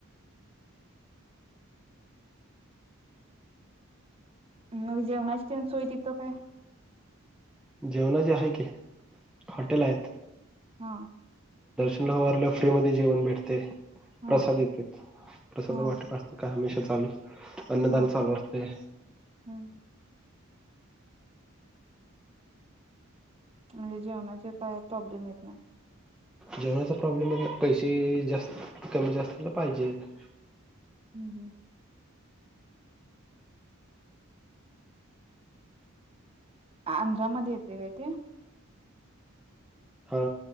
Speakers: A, on the right; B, in the centre.
A: मग जेवणास तेन सोय तिथं काय?
B: जेवणाची आहे की हॉटेल आहेत.
A: हा
B: <inaudible> ल्या वर फ्रीमध्ये जेवण भेटतय.
A: हा
B: प्रसाद देतेत प्रसाद
A: हा
B: वाटतं का हमेशाच तालु अन्नदान
A: हा
B: चालू असते.
A: हम्म म्हणजे जेवणाचे काय प्रॉब्लेम येत नाय.
B: जेवणाचा प्रॉब्लेम मधन पैसे जास्त कमी कमी जास्तला पाहिजेत.
A: हम्म हम्म. आंध्रा मध्ये येते काय ते?
B: हा